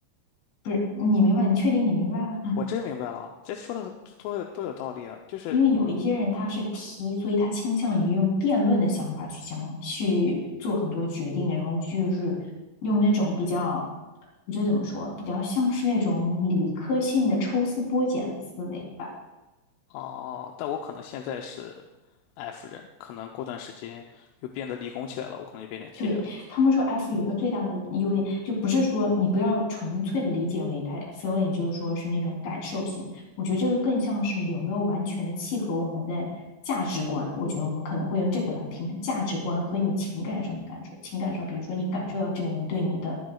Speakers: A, on the left (about 60°); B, on the left (about 80°).
A: 不是，你明白？你确定你明白了？
B: 我真明白了啊，这说的多多有多有道理啊！就是
A: 因为有一些人他是 T，所以他倾向于用辩论的想法去想去做很多决定，然后就是用那种比较，我觉得怎么说，比较像是那种理科性的抽丝剥茧的思维吧。
B: 哦，但我可能现在是 F 人，可能过段时间又变得理工起来了，我可能就变成 T
A: 对，
B: 人了。
A: 他们说 F 有一个最大的优点，就不是说你不要纯粹的理解为它 feeling，就是说是那种感受型。我觉得这个更像是有没有完全的契合我们的价值观。我觉得我们可能会用这个来评判价值观和你情感上的感受。情感上，比如说你感受到这个人对你的